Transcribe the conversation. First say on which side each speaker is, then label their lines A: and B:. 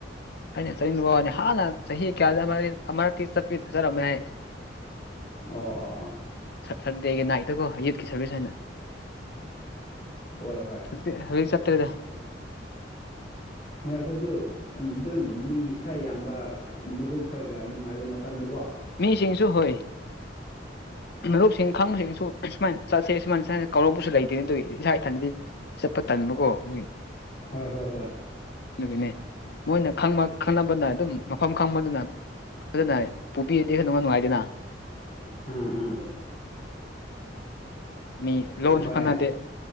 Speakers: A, on the left (about 60°); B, on the left (about 45°).
A: ꯑꯩꯅ ꯆꯠꯅꯤꯡꯕꯅꯤ ꯍꯥꯟꯅ ꯆꯍꯤ ꯀꯌꯥꯗ ꯃꯔꯛꯇꯤ ꯆꯠꯄꯤ ꯆꯠꯔꯝꯃꯦ ꯍꯥꯏ
B: ꯑꯣ ꯑꯣ ꯑꯣ
A: ꯁꯗꯦꯒꯤ ꯅꯥꯏꯛꯇꯀꯣ ꯌꯨꯠꯀꯤ ꯁꯔꯚꯤꯁꯁ ꯍꯥꯏꯅ
B: ꯍꯣꯏ ꯍꯣꯏ ꯍꯣꯏ
A: ꯍꯧꯖꯤꯛ ꯍꯧꯖꯤꯛ ꯆꯠꯇꯔꯦꯗ
B: ꯍꯣꯏ ꯑꯈꯣꯏꯁꯨ ꯑꯗꯨꯝ ꯃꯤ ꯈꯔ ꯌꯥꯝꯕ ꯃꯔꯨꯞ ꯈꯣꯏꯒ ꯅꯨꯡꯉꯥꯏꯕ ꯃꯇꯝꯗꯨꯀꯣ
A: ꯃꯤꯁꯤꯡꯁꯨ ꯍꯨꯏ ꯃꯔꯨꯞꯁꯤꯡ ꯈꯪꯁꯤꯡ ꯁꯨꯃꯥꯏꯅ ꯆꯠꯁꯦ ꯁꯨꯃꯥꯏꯅ ꯁꯨꯃꯥꯏꯅ ꯀꯧꯔꯛꯄꯁꯨ ꯂꯩꯇꯦꯅꯦ ꯑꯗꯨꯒꯤ ꯏꯁꯥ ꯏꯊꯟꯗꯗꯤ ꯆꯠꯄ ꯇꯟꯕꯀꯣ ꯑꯗꯨ
B: ꯍꯣꯏ ꯍꯣꯏ ꯍꯣꯏ
A: ꯅꯨꯒꯤꯅꯦ ꯃꯣꯏꯅ ꯈꯪꯕ ꯈꯪꯅꯕꯅ ꯑꯗꯨꯝ ꯃꯐꯝ ꯈꯪꯕꯗꯨꯅ ꯐꯖꯅ ꯄꯨꯕꯤꯔꯗꯤ ꯅꯨꯡ ꯅꯨꯡꯉꯥꯏꯗꯦꯅ
B: ꯎꯝ ꯎꯝ
A: ꯃꯤ ꯂꯣꯟꯁꯨ
B: ꯍꯣꯏ
A: ꯈꯪꯅꯗꯦ